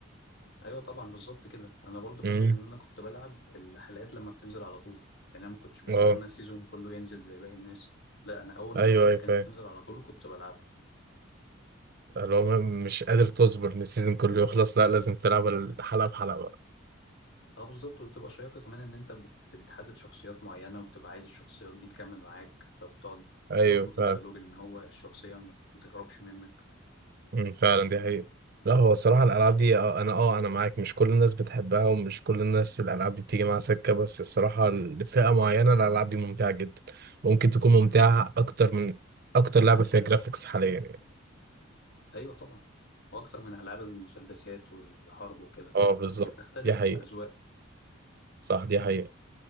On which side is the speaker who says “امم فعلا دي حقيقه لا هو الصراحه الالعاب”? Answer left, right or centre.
Right